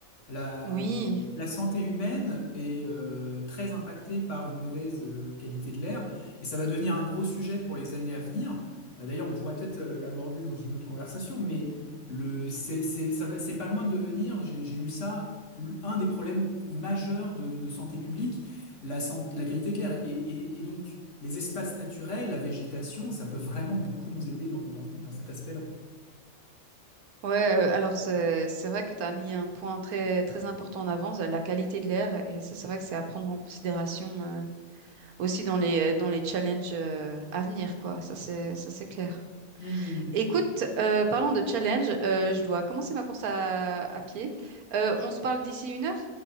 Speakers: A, on the left; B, on the right.
A: La,
B: Oui.
A: la santé humaine est euh, très impactée par une mauvaise euh, qualité de l'air et ça va devenir un gros sujet pour les années à venir. Euh, d'ailleurs, on pourrait peut-être euh, l'aborder dans une autre conversation, mais le, c'est, c'est, ça va- c'est pas loin de devenir, j'ai, j'ai lu ça, l- un des problèmes majeurs de, de santé publique, la, san- la qualité de l'air. Et, et- et donc, les espaces naturels, la végétation, ça peut vraiment beaucoup nous aider dans, dans dans cet aspect-là.
B: Ouais, euh, alors c'est c'est vrai que tu as mis un point très très important en avance, la qualité de l'air, et ça c'est vrai que c'est à prendre en considération aussi dans les, euh, dans les challenges euh, à venir, quoi. Ça, c'est, ça, c'est clair.
A: Hmm.
B: Écoute, euh, parlons de challenge. Euh, je dois commencer ma course à, à pied. Euh, on se parle d'ici une heure?